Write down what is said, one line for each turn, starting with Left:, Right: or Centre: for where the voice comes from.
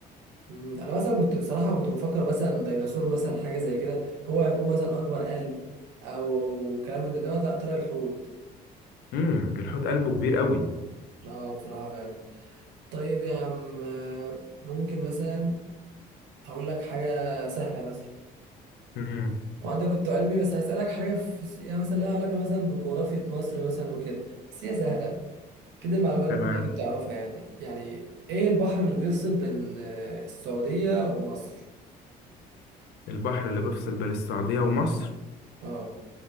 Right: مم. انا مثلا كنت بصراحة كنت مفكر مثلا ديناصور مثلا حاجة زي كده هو هيكون مثلا اكبر قلب او كلام من ده انما طلع طلع الحوت
Left: امم الحوت قلبه كبير قوي
Right: اه بصراحة فعلا طيب يا عم آه، ممكن مثلا اقول لك حاجة سهلة مثلا
Left: امم
Right: وانت كنت علمي بس هسألك حاجة في يعني مثلا لها علاقة مثلا بجغرافية مصر مثلا وكده بس هي سهلة كده المعلومة اللي
Left: تمام
Right: انت اكيد تعرفها يعني يعني ايه البحر اللي بيفصل بين آه، السعودية ومصر
Left: البحر اللي بيفصل بين السعودية ومصر
Right: اه